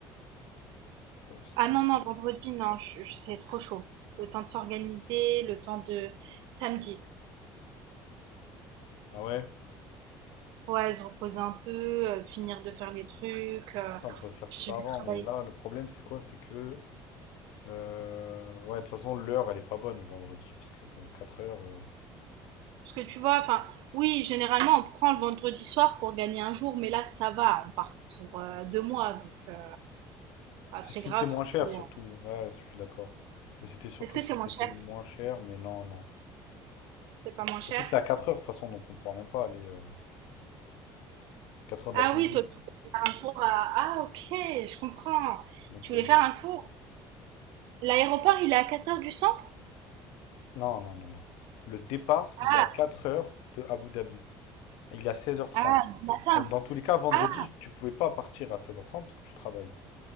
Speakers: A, on the left; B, on the right.
A: poste.
B: Ah non, non, vendredi, non, je- je- c'est trop chaud. Le temps de s'organiser, le temps de samedi.
A: Ah ouais?
B: Ouais, se reposer un peu, euh, finir de faire les trucs. euh,
A: Ça, on peut faire
B: je
A: tout ça
B: vais
A: avant,
B: travailler.
A: mais là, le problème, c'est quoi? C'est que. euh, Ouais, de toute façon, l'heure, elle est pas bonne le vendredi, parce que bon, 4 heures. euh,
B: Parce que tu vois, enfin, oui, généralement, on prend le vendredi soir pour gagner un jour, mais là, ça va. On part pour euh, deux mois, donc euh, pas
A: C'est
B: très
A: si
B: grave
A: c'est moins
B: si,
A: cher, surtout.
B: euh,
A: Ouais, je suis d'accord. Mais c'était surtout
B: Est-ce que
A: si
B: c'est moins
A: c'était
B: cher?
A: moins cher, mais non, non.
B: C'est pas moins
A: Surtout
B: cher?
A: que c'est à 4 heures, de toute façon, donc on pourra même pas aller euh, 4 heures de
B: Ah
A: l'après-midi.
B: oui, toi, tu voulais faire un tour à... Ah ok, je comprends.
A: Donc,
B: Tu voulais
A: euh,
B: faire un tour. L'aéroport, il est à 4 heures du centre?
A: non, non, non, non. Le départ,
B: Ah,
A: il est à 4 heures de Abu Dhabi. Il est à 16h30.
B: ah, du matin.
A: Donc, dans tous les cas, vendredi,
B: Ah,
A: tu pouvais pas partir à seize heures trente parce que tu travailles.